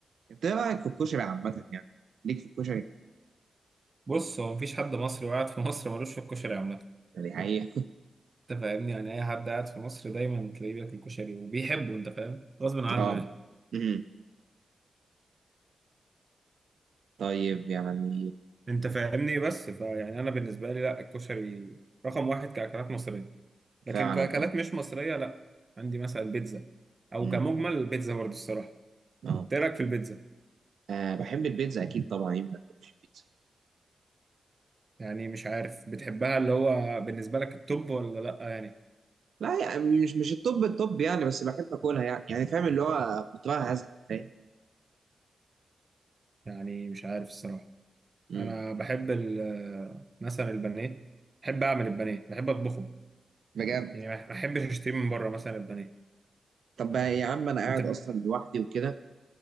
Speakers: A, on the right (about 75°); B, on the right (about 30°).
A: انت ايه رايك في الكشري عامه يعني ليك في الكشري
B: بص هو مفيش حد مصري وقاعد في <laughs> مصر ملوش في الكشري عامة
A: يعني حقيقي
B: انت فاهمني يعني اي حد قاعد في مصر دايما تلاقيه بياكل كشري وبيحبه انت فاهم غصب عنه
A: اه
B: يعني
A: امم طيب يعني
B: انت فاهمني بس فيعني انا بالنسبة لي لا الكشري رقم واحد كأكلات مصرية لكن
A: فعلا
B: كأكلات
A: اه
B: مش مصرية لا عندي مثلا بيتزا او
A: امم
B: كمجمل البيتزا برضه الصراحة
A: اه
B: ايه رأيك في البيتزا
A: آه، بحب البيتزا اكيد طبعا مين ما بيحبش البيتزا
B: يعني مش عارف بتحبها اللي هو بالنسبة لك التوب ولا لا يعني
A: لا يعني مش مش التوب التوب يعني بس بحب اكلها يعني يعني فاهم اللي هو كنت بقى هزهق فاهم
B: يعني مش عارف الصراحة
A: امم
B: انا بحب ال- مثلا البانيه بحب اعمل البانيه بحب اطبخه
A: بجد
B: يعني ما ما احبش اشتري من بره مثلا البانيه
A: طب بقى يا عم انا قاعد
B: انت
A: اصلا لوحدي وكده